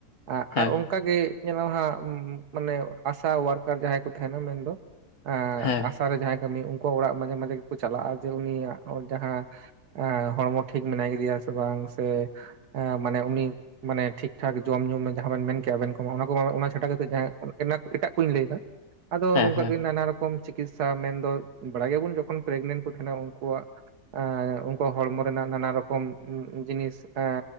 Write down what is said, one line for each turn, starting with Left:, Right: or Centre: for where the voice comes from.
Right: ᱟᱜ
Left: ᱦᱮᱸ
Right: ᱟᱨ ᱚᱱ ᱠᱟᱜᱮ ᱧᱮᱞ ᱢᱮ ᱦᱟᱸᱜ ᱢᱟᱱᱮ ᱟᱥᱟ ᱳᱣᱟᱨᱠᱟᱨ ᱡᱟᱦᱟᱸᱭ ᱠᱚ ᱛᱟᱦᱮᱸᱱᱟ ᱢᱮᱱᱫᱚ ᱮᱸ
Left: ᱦᱮᱸ
Right: ᱟᱥᱟ ᱨᱮ ᱡᱟᱦᱟᱸᱭ ᱠᱟᱹᱢᱤ ᱩᱱᱠᱩ ᱚᱲᱟᱜ ᱢᱟᱡᱷᱮ ᱢᱟᱡᱷᱮ ᱜᱮ ᱠᱚ ᱪᱟᱞᱟᱜᱼᱟ ᱡᱮ ᱩᱱᱤᱭᱟᱜ ᱡᱟᱦᱟᱸ ᱮ ᱦᱚᱲᱢᱚ ᱴᱷᱤᱠ ᱢᱮᱱᱟᱭ ᱠᱮᱫᱤᱭᱟ ᱥᱮ ᱵᱟᱝ ᱥᱮ ᱮᱸᱻ ᱢᱟᱱᱮ ᱩᱱᱤ ᱢᱟᱱᱮ ᱴᱷᱤᱠ ᱴᱷᱟᱠ ᱡᱚᱢ ᱧᱩ ᱡᱟᱦᱟᱸ ᱵᱮᱱ ᱢᱮᱱ ᱠᱮᱼᱟ ᱟᱵᱮᱱ ᱚᱱᱟ ᱚᱱᱟ ᱠᱚ ᱚᱱᱟ ᱪᱷᱟᱰᱟ ᱠᱟᱛᱮ ᱡᱟᱦᱟᱭ ᱚᱱ ᱮᱱᱟᱹ ᱠᱷᱟᱹᱛᱤᱨ ᱮᱴᱟᱜ ᱠᱩᱧ ᱞᱟᱹᱭᱫᱟ ᱟᱫᱚ
Left: ᱦᱮᱸ
Right: ᱱᱚᱝᱠᱟ
Left: ᱦᱮᱸ ᱦᱮᱸ
Right: ᱜᱮ ᱱᱟᱱᱟ ᱨᱚᱠᱚᱢ ᱪᱤᱠ ᱠᱤᱥᱥᱟ, ᱢᱮᱱᱫᱚ ᱵᱟᱲᱟᱭ ᱜᱮᱭᱟᱵᱚᱱ ᱡᱚᱠᱷᱚᱱ ᱯᱨᱮᱜᱱᱮᱱᱴ ᱠᱚ ᱛᱟᱦᱮᱸᱱᱟ ᱩᱱᱠᱩᱣᱟᱜ ᱮᱸᱻ ᱩᱱᱠᱩᱣᱟᱜ ᱦᱚᱲᱢᱚ ᱨᱮᱱᱟᱜ ᱱᱟᱱᱟ ᱨᱚᱠᱚᱢ ᱩᱸ ᱡᱤᱱᱤᱥ ᱮ